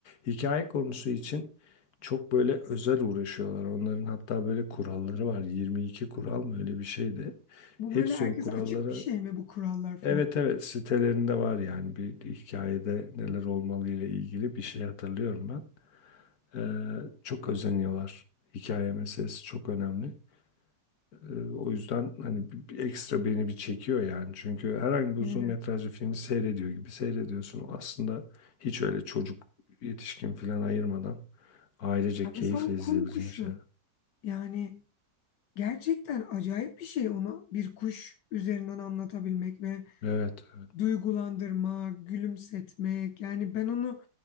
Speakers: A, on the left; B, on the left.
A: Hikaye konusu için çok böyle özel uğraşıyorlar. Onların hatta böyle kuralları var. 22 kural mı öyle bir şeydi.
B: Bu
A: Hepsi
B: böyle herkese
A: o kurallara
B: açık bir şey mi bu kurallar falan?
A: Evet evet sitelerinde var yani bir hikayede neler olmalı ile ilgili bir şey hatırlıyorum ben. Ee, çok özeniyorlar. Hikaye meselesi çok önemli. Ee, o yüzden hani bir, bir ekstra beni bir çekiyor yani. Çünkü herhangi bir
B: Beni
A: uzun
B: de.
A: metrajlı filmi seyrediyor gibi seyrediyorsun. Aslında hiç öyle çocuk yetişkin falan ayırmadan ailecek
B: Ya
A: keyifle
B: mesela o
A: izleyebileceğin
B: kum kuşu.
A: şeyler.
B: Yani gerçekten acayip bir şey onu bir kuş üzerinden anlatabilmek ve
A: Evet, evet.
B: duygulandırma, gülümsetmek. Yani ben onu